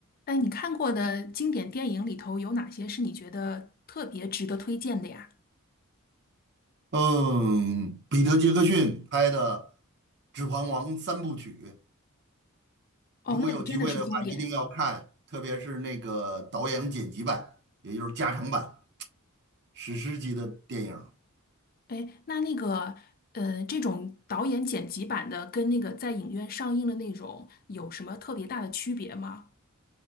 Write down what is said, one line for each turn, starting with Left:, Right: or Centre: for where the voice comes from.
Left: 哎，你看过的经典电影里头有哪些是你觉得特别值得推荐的呀？
Right: 嗯，彼得·杰克逊拍的《指环王》三部曲，
Left: 哦，
Right: 如果有机会的话，
Left: 那个真的是经典。
Right: 一定要看，特别是那个导演剪辑版，也就是加长版，史诗级的电影。
Left: 哎，那那个，呃，这种导演剪辑版的跟那个在影院上映的那种有什么特别大的区别吗？